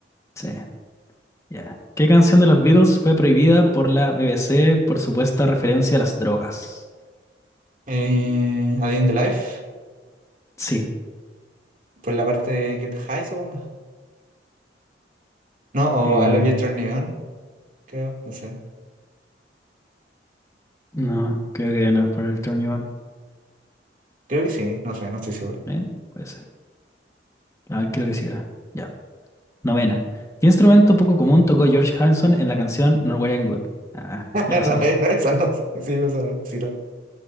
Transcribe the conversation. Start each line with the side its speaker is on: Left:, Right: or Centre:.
Left: Sí, ya. ¿Qué canción de los Beatles fue prohibida por la BBC por supuesta referencia a las drogas?
Right: Eh, A Day in the Life,
Left: Sí.
Right: por la parte de Get High, supongo. No, o
Left: Eh,
Right: I Love You Turn Me On, creo, no sé.
Left: no, creo que no es por el Turn You On.
Right: Creo que sí, no sé, no estoy seguro. <laughs>
Left: ¿Eh? Puede ser. Ah, creo que sí era. Ya. Novena. ¿Qué instrumento poco común tocó George Harrison en la canción Norwegian Wood? Ah,
Right: No,
Left: ya la sabí.
Right: eh, no, esa no, sí, esa no, sí, no.